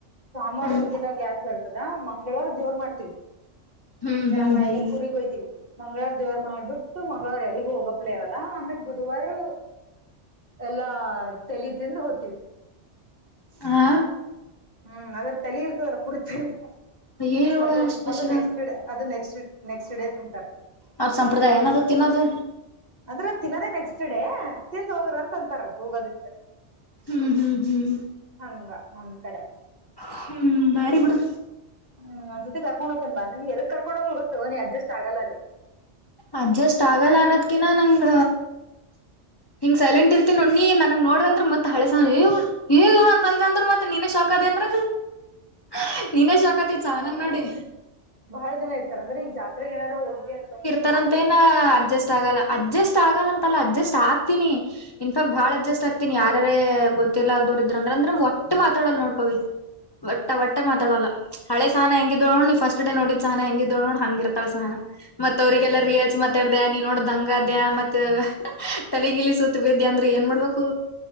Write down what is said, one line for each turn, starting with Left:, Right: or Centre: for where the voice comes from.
Right: ಸ್ವಾಮರ
Left: ಹ್ಮ್
Right: ಒಂದ ದಿನ ಗ್ಯಾಪ ಇರ್ತದ ಮಂಗಳವಾರ ದೇವ್ರ ಮಾಡ್ತೀವಿ.
Left: ಹ್ಮ್
Right: ರಾಮ
Left: ಹ್ಮ್ ಹ್ಮ್
Right: ಈ ಕುರಿ ಕೊಯ್ತೀವಿ. ಮಂಗಳರ ದೇವ್ರ ಮಾಡ್ಬಿಟ್ಟು ಮಂಗಳರ ಎಲ್ಲಿಗ ಹೋಗಪ್ಲೇ ಇರಲ್ಲಾ ಆಮೇಲ್ ಬುಧವಾರ್. ಎಲ್ಲಾ ತೆಲಿ ತಿಂದು ಹೋತೀವಿ.
Left: ಹಾ
Right: ಹ್ಮ್ ಅದ್ರ ತಲಿ ಇರ್ತದಲ್ಲ ಕುರ್ತೀರಿ
Left: ಅಯ್ಯವ್ವ
Right: ಅದು
Left: ಶಿವ
Right: ಅದು
Left: ಶಿವ
Right: ನೆಕ್ಸ್ಟ್ ಡೇ ಅದು ನೆಕ್ಸ್ಟ್. ನೆಕ್ಸ್ಟ್ ಡೇ ತಿಂತಾರ.
Left: ಅವ್ರ ಸಂಪ್ರದಾಯ ಏನದು ತಿನ್ನೋದು.
Right: ಅಂದ್ರ ತಿನ್ನೋದೇ ನೆಕ್ಸ್ಟ್ ಡೇ ತಿಂದ ಹೋಗ್ರಂತ ಅಂತಾರ ಹೋಗದಿದ್ರ.
Left: ಹ್ಮ್ ಹ್ಮ್ ಹ್ಮ್
Right: ಹಂಗ ನಮ್ಕಡೆ.
Left: ಹ್ಮ ಬಾರಿ ಬಿಡು.
Right: ಹ್ಮ್ ಒಂದಸರ್ತಿ ಕರ್ಕೊಂಡ ಹೋಗ್ತಿನ್ ಬಾ ನಿನ್ ಎದಕ್ ಕರ್ಕೊಂಡ ಹೋಗಲ್ ಗೊತ್ತು ನೀ ಅಡ್ಜಸ್ಟ್ ಆಗಲ್ಲ ಅಲ್ಲಿ.
Left: ಅಡ್ಜಸ್ಟ್ ಆಗಲ್ಲ ಅನ್ನೋದ್ಕಿನ ನಂಗ ಹಿಂಗ ಸೈಲೆಂಟ್ ಇರ್ತಿನ್ ನೋಡ್ ನೀ ನನಗ ನೋಡ ಅಂದ್ರ ಮತ್ತ ಹಳೆಸ ಏವ್ ಏವ್ ಅಂತ ಅಂದ್ರ ಮತ್ತ ನೀನೇ ಶಾಕ್ ಆದಿ ಅಂದ್ರ. ಹಾ ನೀನೆ ಶಾಕತಿ ಸಹನುನ್ ನೋಡಿ.
Right: ಬಹಳ್ ಜನ ಇರ್ತರ ಅಂದ್ರೆ ಇಲ್ ಜಾತ್ರೆಗೆನರ ಹೋದ್ವಿ ಅಂತಂದ್ರೆ.
Left: ತರಂತೇನಾ ಅಡ್ಜಸ್ಟ್ ಆಗಲ್ಲ. ಅಡ್ಜಸ್ಟ್ ಆಗಲ್ಲಂತಲ್ಲ ಅಡ್ಜಸ್ಟ್ ಆಗ್ತೀನಿ ಇತಾವ್ ಬಾಳ್ ಅಡ್ಜಸ್ಟ್ ಆಗ್ತೀನಿ ಯಾರರೆ ಗೊತ್. ಗೊತ್ತಿಲರ್ದೋರ್ ಇದ್ದಾಂದ್ರೆ ಒಟ್ ಮಾತಾಡಲ್ ನೋಡ್ ಪವಿ. ಒಟ್ಟ ಒಟ್ಟ ಮಾತಾಡಲ್ಲ ಹಳೆ ಸಾನ ಹೆಂಗಿದ್ಲು ನೋಡ್ ನಿನ್ ಫಸ್ಟ್ ಡೇ ನೋಡಿದ್. ಸಹನ ಹೆಂಗಿದ್ಲು ನೋಡ್ ಹಂಗಿರ್ತಾಳೆ ಸಹಾನ. ಅವ್ರರಿಗೆಲ್ಲಾ ರಿಯಾಜ್ ಮಾತಾಡ್ದ ನೀ ನೋಡ್ ದಂಗದ್ಯ ಮತ್ತ ತಲೆಗಿಲಿ ಸುತ್ ಬಿದ್ಯಾ ಅಂದ್ರ. ಏನ್ ಮಾಡ್ಬಕು.